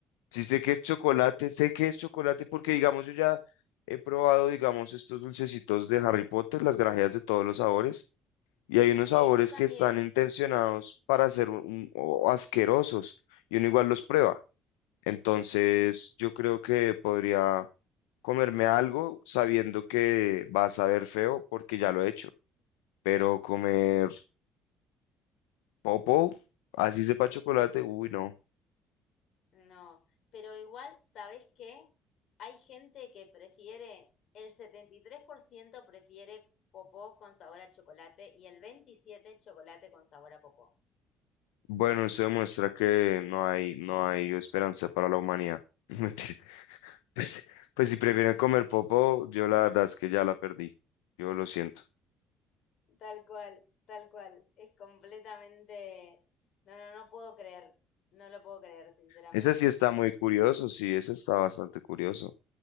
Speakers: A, on the left; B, on the left.
A: si sé que es chocolate, sé que es chocolate porque digamos yo ya he probado, digamos, estos dulcecitos de Harry Potter, las grajeas de todos los sabores. Y hay unos sabores
B: Sí, yo también.
A: que están intencionados para ser un- o asquerosos y uno igual los prueba. Entonces, yo creo que podría comerme algo sabiendo que va a saber feo porque ya lo he hecho. Pero comer popo, así sepa chocolate, uy, no.
B: No, pero igual, ¿sabes qué? Hay gente que prefiere, el 73% prefiere popó con sabor a chocolate y el 27% chocolate con sabor a popó.
A: Bueno, eso demuestra que no hay, no hay esperanza para la humanidad. <laughs> Mentira. Pues, pues si prefieren comer popo, yo la verdad es que ya la perdí. Yo lo siento.
B: Tal cual, tal cual. Es completamente... No, no, no puedo creer. No lo puedo creer, sinceramente.
A: Ese sí está muy curioso, sí, ese está bastante curioso.